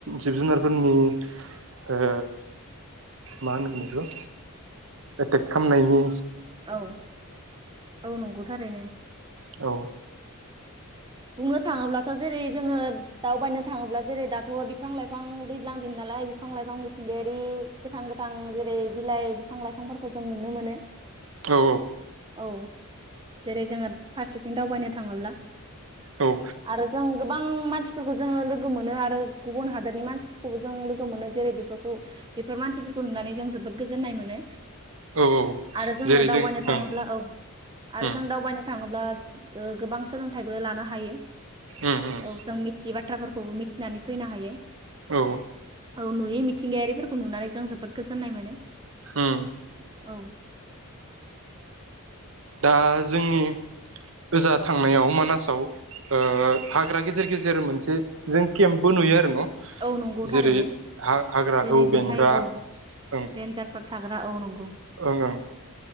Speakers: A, on the right (about 65°); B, on the right (about 20°).
A: जिब जुनारफोरनि ओ ओ‌ मा मोनगोन बेखौ एटेक खामनायनि
B: औ औ नंगौ थारैनो।
A: औ
B: बुंनो थाङोब्लाथ' जेरै जोङो दावबायनो थाङोब्ला जेरै दाथ' बिफां लाइफां दैज्लां दिन नालाय बिफां लाइफां मिथिंगायारि गोथां गोथां जेरै बिलाइ बिफां लाइफांफोरखौ जों नुनो मोनो।
A: औ
B: औ जेरै जोङो फारसेथिं दावबायनो थांबोला‌
A: औ
B: आरो जों गोबां उम मानसिफोरखौ जोङो लोगो मोनो आरो गुबुन हादोरनि मानसिफोरखौबो जों लोगो मोनो जेरै बेफोरखौ बेफोर मानसिफोरखौ नुनानै जों जोबोद गोजोननाय मोनो।
A: औ औ
B: आरो जोङो
A: जेरै
B: दावबायनो
A: जों
B: थाङोब्ला
A: ओं
B: औ आरो
A: उम
B: जों दावबायनो थाङोब्ला- गोबां सोलों फिथायबो लानो हायो।
A: उम उम
B: औ जों मिथियै बाथ्राफोरखौ खौ मिथिनानै फैनो हायो।
A: औ
B: औ नुयै मिथिंगायारिफोर‌ खौ नुनानै जों जोबोद गोजोननाय मोनो।
A: उम
B: औ
A: दा जोंनि ओजा थांनायाव मानासाव ओ हाग्रा गेजेर गेजेर मोनसे जों केम्पबो नुयो आरो न'।
B: औ नंगौ
A: जेरै
B: थारैनो
A: हा-हाग्राखौ
B: जेरै
A: बेंग्रा
B: बेहाय औ
A: ओं
B: रेन्जारफोर थाग्रा औ नंगौ
A: ओं ओं